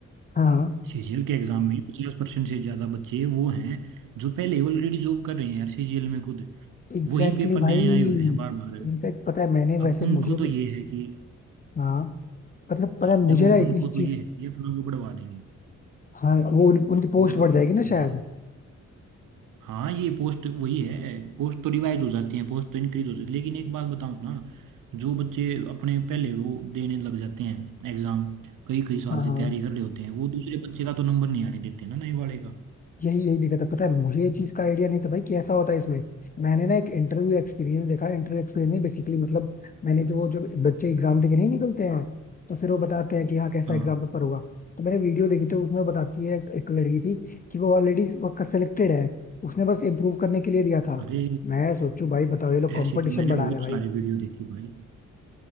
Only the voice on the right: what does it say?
सीजीएल के एग्जाम में पचास परसेंट से ज्यादा बच्चे वो हैं जो पहले ऑलरेडी जॉब कर रहे हैं यार सीजीएल में खुद
वही पेपर
देने आए हुए हैं बार बार
अब उनको
तो
ये है कि
देखो
उनको
तो
ये है कि अपना को बढ़वा देंगे
बोलो
आप
बोलो
भाई हाँ ये पोस्ट वही है पोस्ट तो रिवाइज हो जाती है पोस्ट तो इंक्रीज हो जाती है लेकिन एक बात बताओ ना जो बच्चे अपने पहले वो देने लग जाते हैं एग्जाम कई कई साल
से
तैयारी कर रहे होते हैं वो दूसरे बच्चे का तो नंबर नहीं आने देते ना नए वाले का
हाँ
अरे
ऐसे तो मैंने
बहुत
सारे वीडियो देखे भाई